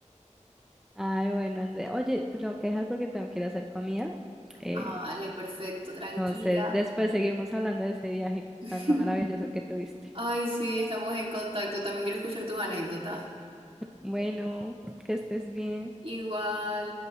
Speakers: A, in the centre; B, on the right.
A: ay, bueno, André, oye, te tengo que dejar porque tengo que ir a hacer comida. Eh,
B: Ah, vale, perfecto, tranquila.
A: entonces, después seguimos hablando de ese viaje
B: <laughs>
A: tan maravilloso que tuviste.
B: Ay, sí, estamos en contacto. También quiero escuchar tus anécdotas.
A: Bueno, que estés bien.
B: Igual.